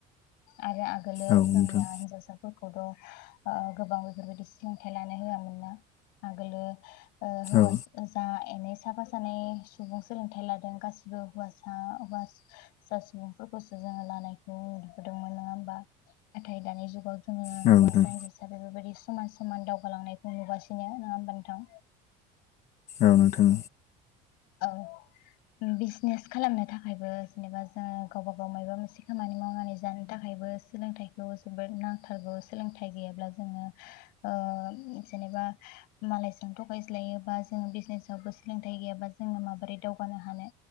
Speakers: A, on the left; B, on the left.
A: आरो आ गोलो
B: औ
A: जोंनिया
B: नोंथां
A: हिनजावसा फोरखौथ' ओ गोबां बेफोरबायदि सोलोंथाइ लानो होआ मोनना आगोलो ओ हौवास
B: औ
A: जा एनै साफा सानै सुबुं सोलोंथाइ लादों गासिबो हुवासा-हुवा सा सुबुंफोरखौसो जोङो लानायखौ नुबोदोंमोन नोङा होमबा नाथाय दानि जुगाव जोङो
B: औ
A: हुवासा
B: नोंथां
A: हिनजावसा बेफोरबायदि समान समान दावगालांनायखो नुगासिनो नोङा होमबा नोथां
B: औ नोंथां
A: औ उम बिजनेस खालामनो थाखायबो जेनेबा जोङो गावबा गाव मायबा मोसे खामानि मावनानै जानो थाखाय बो सोलोंथाइखौ जबोर नांथारगौ सोंथाइ गैयाब्ला जोङो ओ जेने ओ मालायजों थगायज्लायोबा जोङो बिजनेजआवबो सोलोंथाइ गैयाबा जोङो माबोरै दावगानो हानो